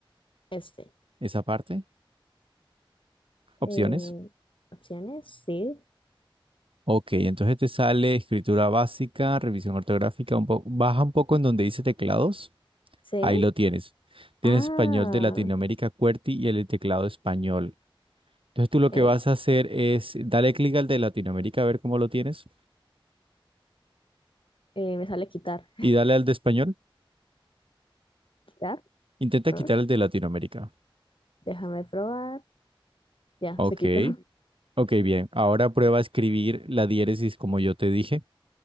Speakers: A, on the left; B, on the right.
A: Este.
B: esa parte. Opciones.
A: Eh, opciones, sí.
B: Ok, entonces te sale escritura básica, revisión ortográfica, un po- baja un poco en donde dice teclados.
A: Sí.
B: Ahí lo tienes. Tienes
A: Ah,
B: español de Latinoamérica, QWERTY y el teclado español. Entonces tú lo
A: eh,
B: que vas a hacer es dale clic al de Latinoamérica a ver cómo lo tienes
A: eh, me sale quitar.
B: y dale al de español.
A: ¿Quitar?
B: Intenta
A: Ah,
B: quitar el de Latinoamérica.
A: déjame probar. Ya,
B: Ok,
A: se quitó. <laughs>
B: ok, bien. Ahora prueba a escribir la diéresis como yo te dije.